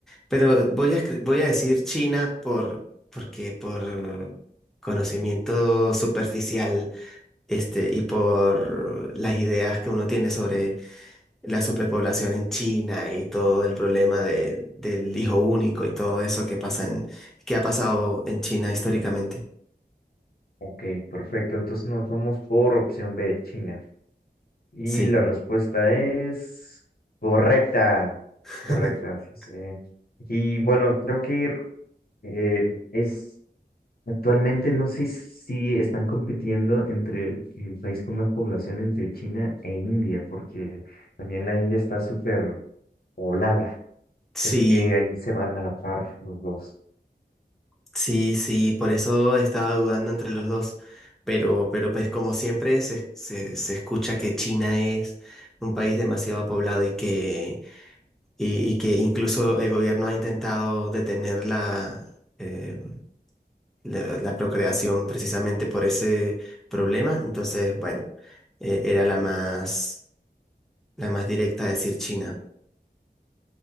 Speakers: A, in the centre; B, on the left.
A: Pero voy a, escri- voy a decir China por, porque por conocimiento superficial, este, y por las ideas que uno tiene sobre la superpoblación en China y todo el problema de, del hijo único y todo eso que pasa en, que ha pasado en China históricamente.
B: Ok, perfecto. Entonces nos vamos por opción B, China. Y
A: Sí.
B: la respuesta es correcta.
A: <laughs>
B: Correcta. pues, eh, Y bueno, creo que eh, es actualmente no sé si están compitiendo entre el, el país con más población entre China e India, porque también la India está súper poblada.
A: Sí,
B: Creo que ahí se van a la par los dos.
A: Sí, sí, por eso estaba dudando entre los dos. Pero, pero pues como siempre se, se, se escucha que China es un país demasiado poblado y que, y, y que incluso el gobierno ha intentado detener la, eh, la, la procreación precisamente por ese problema. Entonces, bueno, eh, era la más, la más directa decir China.